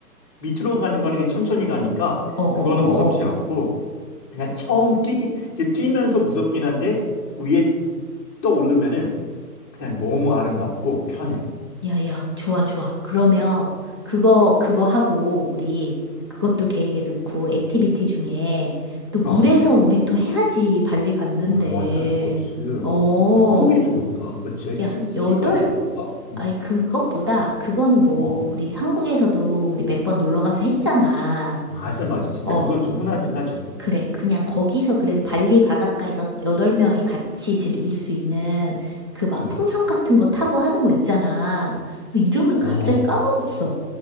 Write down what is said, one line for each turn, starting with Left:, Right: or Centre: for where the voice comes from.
Left: 밑으로 가는 거는 그냥 천천히 가니까
Right: 어어어어.
Left: 그거는 무섭지 않고 그냥 처음 뛰기 이제 뛰면서 무섭긴 한데 위에 떠오르면은 그냥 너무 아름답고 편해.
Right: 야, 야, 좋아, 좋아. 그러면 그거, 그거 하고, 우리 그것도 계획에 넣고, 액티비티 중에 또 물에서
Left: 어.
Right: 우리 또 해야지, 발리 갔는데.
Left: 아, 와터 스포츠.
Right: 어,
Left: 어떤 게 좋을까? 뭐 제트스키가
Right: 야, 여덟,
Left: 좋을까? 어.
Right: 아니, 그것보다, 그거는 뭐,
Left: 어.
Right: 우리 한국에서도 우리 몇 번 놀러 가서 했잖아.
Left: 맞아, 맞아. 진짜
Right: 어,
Left: 그건 좀 흔하긴 하지.
Right: 그래, 그냥 거기서 그래도 발리 바닷가에서 여덟 명이 같이 즐길 수 있는 그 막
Left: 음.
Right: 풍선 같은 거 타고 하는 거 있잖아. 그 이름을
Left: 어.
Right: 갑자기 까먹었어.